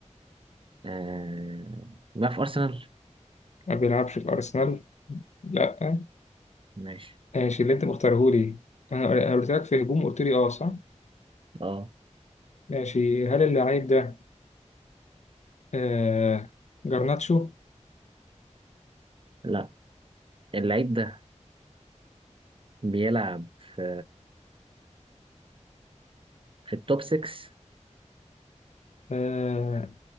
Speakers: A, on the right (about 45°); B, on the left (about 65°).
A: آه بيلعب في أرسنال
B: ما بيلعبش في أرسنال لا
A: ماشي
B: ماشي اللي أنت مختاره لي أنا أنا قلت لك في هجوم قلت لي أه صح
A: اه
B: ماشي هل اللعيب ده آه جرناتشو
A: لا اللعيب ده بيلعب في في التوب 6
B: آه